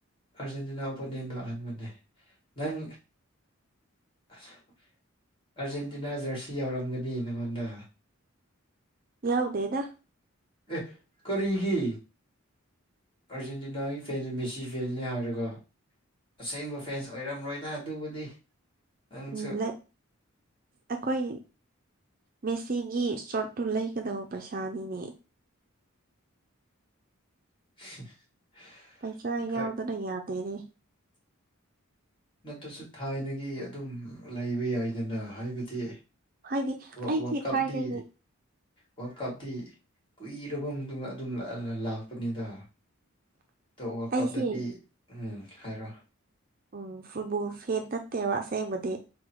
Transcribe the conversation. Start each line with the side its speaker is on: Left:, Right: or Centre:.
Left: ꯑꯔꯖꯦꯟꯇꯤꯅꯥ ꯑꯣꯄꯣꯅꯦꯟꯗ ꯍꯟꯕꯅꯦ ꯅꯪ ꯑꯁ ꯑꯔꯖꯦꯟꯇꯤꯅꯥ ꯖꯔꯁꯤ ꯌꯥꯎꯔꯝꯒꯅꯤ ꯅꯪꯉꯣꯟꯗ
Right: ꯌꯥꯎꯗꯦꯗ
Left: ꯑꯦ ꯀꯔꯤꯒꯤ ꯑꯥꯔꯖꯦꯟꯇꯤꯅꯥꯒꯤ ꯐꯦꯟꯁꯦ ꯃꯦꯁꯤ ꯐꯦꯟꯅꯤ ꯍꯥꯏꯔꯒ ꯑꯁꯦꯡꯕ ꯐꯦꯟꯁ ꯑꯣꯏꯔꯝꯔꯣꯏꯗ ꯑꯗꯨꯕꯨꯗꯤ ꯅꯪꯁꯨ
Right: ꯎꯝ ꯂꯩ ꯑꯩꯈꯣꯏ ꯃꯦꯁꯤꯒꯤ ꯁꯣꯔꯠꯇꯨ ꯂꯩꯒꯗꯕ ꯄꯩꯁꯥꯅꯤꯅꯦ
Left: <unintelligible>
Right: ꯄꯩꯁꯥ
Left: ꯑꯩꯈꯣꯏ
Right: ꯌꯥꯎꯗꯅ ꯌꯥꯗꯦꯅꯦ
Left: ꯅꯠꯇꯁꯨ ꯊꯥꯏꯅꯒꯤ ꯑꯗꯨꯝ ꯂꯩꯕ ꯌꯥꯏꯗꯅ ꯍꯥꯏꯕꯗꯤ
Right: ꯍꯥꯏꯗꯤ
Left: ꯋꯥ
Right: ꯑꯩꯁꯦ
Left: ꯋꯥ ꯀꯞꯗꯤ
Right: ꯊꯥꯏꯅꯒꯤ
Left: ꯋꯥꯔꯜ ꯀꯞꯇꯤ ꯀꯨꯏꯔꯕ ꯃꯇꯨꯡꯗ ꯑꯗꯨꯝ ꯂ ꯂ ꯂꯥꯛꯄꯅꯤꯗ
Right: <inaudible>
Left: ꯇꯣ ꯋꯥꯔꯜ
Right: ꯑꯩꯁꯦ
Left: ꯀꯞꯗꯗꯤ ꯎꯝ ꯍꯥꯏꯔꯣ
Right: ꯎꯝ ꯐꯨꯠꯕꯣꯜ ꯐꯦꯟ ꯅꯠꯇꯦꯕ ꯑꯁꯦꯡꯕꯗꯤ